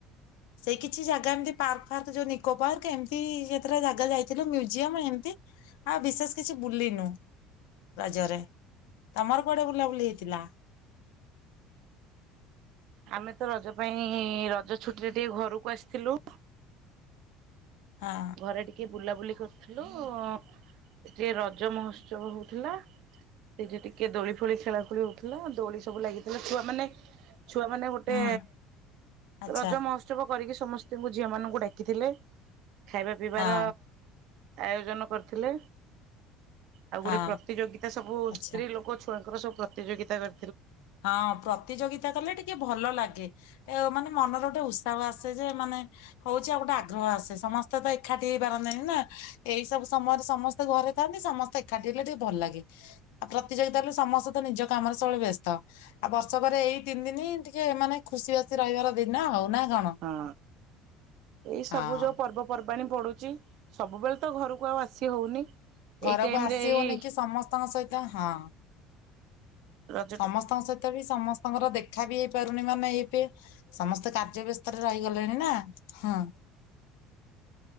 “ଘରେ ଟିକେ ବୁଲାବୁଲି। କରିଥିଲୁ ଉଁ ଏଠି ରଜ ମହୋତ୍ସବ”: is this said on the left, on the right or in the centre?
Right